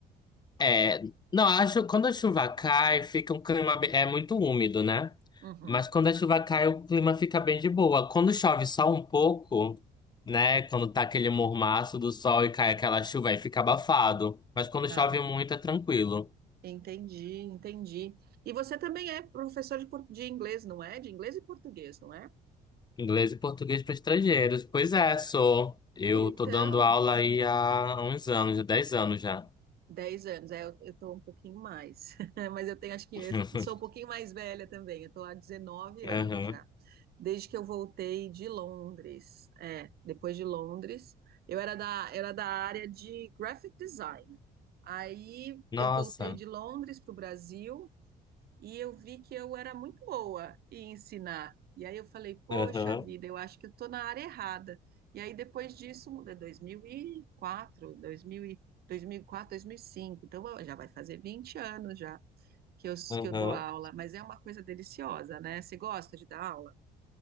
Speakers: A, on the left; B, on the right.
A: É, não, acho quando a chuva cai, fica um clima be- é muito úmido, né?
B: Uhum.
A: Mas quando a chuva cai, o clima fica bem de boa. Quando chove só um pouco, né? Quando tá aquele mormaço do sol e cai aquela chuva, aí fica abafado. Mas quando
B: Ah,
A: chove muito, é tranquilo.
B: entendi, entendi. E você também é professor de, por- de inglês, não é? De inglês e português, não é?
A: Inglês e português para estrangeiros. Pois é, sou. Eu
B: Então,
A: tô dando aula aí há uns anos, dez anos já.
B: 10 anos, é, eu, eu tô um pouquinho mais, <laughs> mas eu tenho, acho que
A: <laughs>
B: eu sou um pouquinho mais velha também, eu tô há dezenove
A: Aham.
B: anos já, desde que eu voltei de Londres, é, depois de Londres, eu era da, era da área de graphic design, aí
A: Nossa.
B: eu voltei de Londres para o Brasil, e eu vi que eu era muito boa em ensinar. E aí eu falei, poxa
A: Aham,
B: vida, eu acho que eu estou na área errada. E aí depois disso, é 2000 e- quatro quatro dois dois dois mil e quatro, dois mil 2004, cinco então ó, já vai fazer 20 anos já que eu,
A: aham.
B: que eu dou aula, mas é uma coisa deliciosa, né? Você gosta de dar aula?